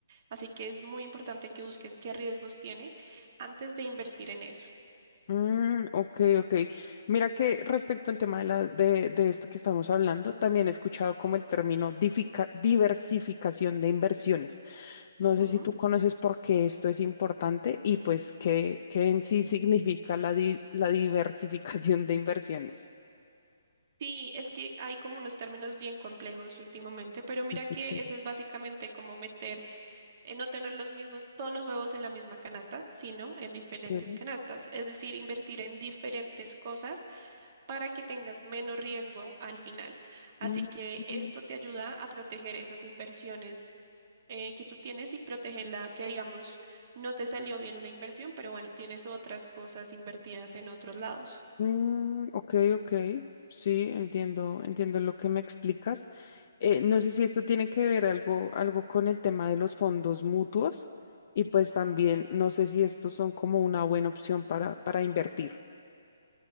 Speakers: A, on the right (about 40°); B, on the left (about 45°).
A: Así que es muy importante que busques qué riesgos tiene antes de invertir en eso.
B: mm, ok, ok. Mira que respecto al tema de, la, de, de esto que estamos hablando, también he escuchado como el término difica- diversificación de inversiones. No
A: Ujú.
B: sé si tú conoces por qué esto es importante y pues qué, qué en sí significa la, di- la diversificación de inversiones.
A: Sí, es que hay como unos términos bien complejos últimamente, pero mira
B: Sí, sí,
A: que
B: sí.
A: eso es básicamente como meter, eh, no tener los mismos, todos los huevos en la misma canasta, sino en diferentes
B: ok.
A: canastas, es decir, invertir en diferentes cosas para que tengas menos riesgo al final. Así
B: Mm,
A: que esto te ayuda a proteger esas inversiones eh, que tú tienes y protegerla, que digamos, no te salió bien una inversión, pero bueno, tienes otras cosas invertidas en otros lados.
B: Mm, ok, ok. Sí, entiendo, entiendo lo que me explicas. Eh, no sé si esto tiene que ver algo, algo con el tema de los fondos mutuos y pues también no sé si estos son como una buena opción para, para invertir.